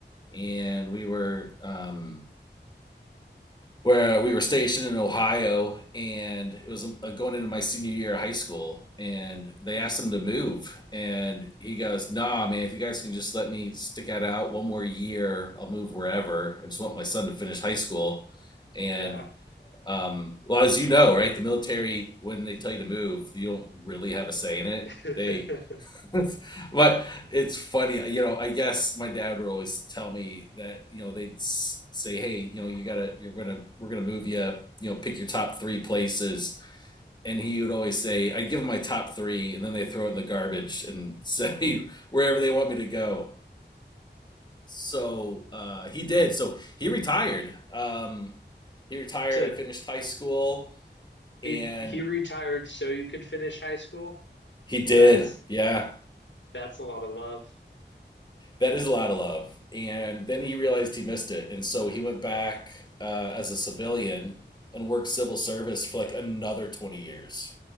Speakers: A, on the left; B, on the left.
A: and we were um, where we were stationed in Ohio, and it was uh, going into my senior year of high school, and they asked him to move, and he goes, "Nah, man, if you guys can just let me stick it out one more year, I'll move wherever. I just want my son to finish high school." And
B: yeah.
A: um, well, as you know, right, the military when they tell you to move, you don't really have a say in it.
B: <laughs>
A: They <laughs> but it's funny, you know. I guess my dad would always tell me that you know they'd say, "Hey, you know, you gotta, you're gonna, we're gonna move you. You know, pick your top three places." And he would always say, "I give them my top three, and then they throw it in the garbage and say <laughs> wherever they want me to go." So uh, he did. So he retired. Um, he retired.
B: To
A: I finished high school,
B: he
A: and
B: he retired so you could finish high school?
A: he did.
B: That's
A: Yeah,
B: that's a lot of love.
A: That is a lot of love. And then he realized he missed it. And so he went back uh, as a civilian and worked civil service for like another 20 years.